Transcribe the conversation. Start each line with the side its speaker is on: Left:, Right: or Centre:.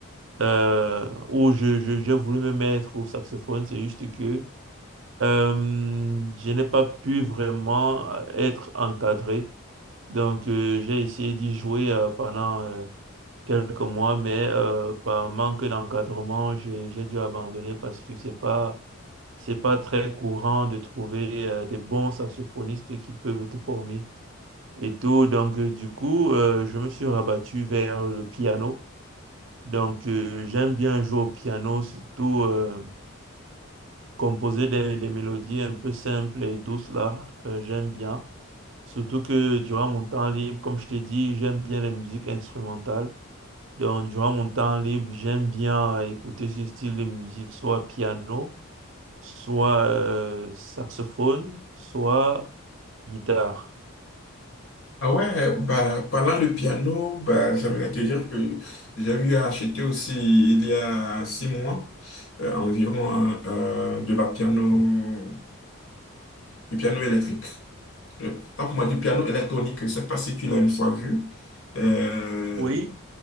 Right: euh, où je, je, j'ai voulu me mettre au saxophone. C'est juste que euh, je n'ai pas pu vraiment euh, être encadré. Donc, euh, j'ai essayé d'y jouer euh, pendant euh, quelques mois, mais euh, par manque d'encadrement, j'ai, j'ai dû abandonner parce que c'est pas, c'est pas très courant de trouver euh, des bons saxophonistes qui peuvent te former et tout. Donc, euh, du coup, euh, je me suis rabattu vers le piano. Donc, euh, j'aime bien jouer au piano, surtout euh, composer des, des mélodies un peu simples et douces là, euh, j'aime bien. Surtout que durant mon temps libre, comme je t'ai dit, j'aime bien les musiques instrumentales. Donc, durant mon temps libre, j'aime bien euh, écouter ce style de musique, soit piano, soit euh, saxophone, soit guitare.
Left: Ah ouais, bah, parlant de piano, bah, j'aimerais te dire que j'ai eu à acheter aussi il y a six mois euh, environ euh, euh, de la piano du piano électrique. Euh, Toi, pour moi, du piano électronique, je ne sais pas si tu l'as une fois vu. Euh,
Right: Oui.